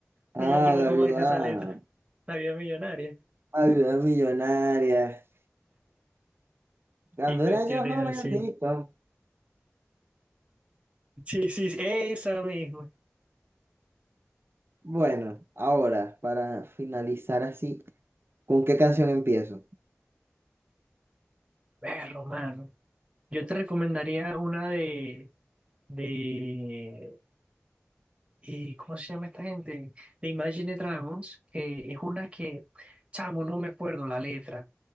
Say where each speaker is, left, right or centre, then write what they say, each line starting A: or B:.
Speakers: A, on the right (about 55°); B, on the right (about 25°).
A: Ah,
B: No me acuerdo
A: la
B: cómo
A: vida,
B: dice esa letra. <laughs> La viuda millonaria.
A: la vida millonaria. Cuando
B: Y cuestiones
A: era yo joven,
B: así.
A: rico.
B: Sí, sí, sí, esa misma.
A: Bueno, ahora, para finalizar así, ¿con qué canción empiezo?
B: Perro, mano. Yo te recomendaría una de, de, eh, ¿cómo se llama esta gente? De Imagine Dragons, que es una que, chamo, no me acuerdo la letra.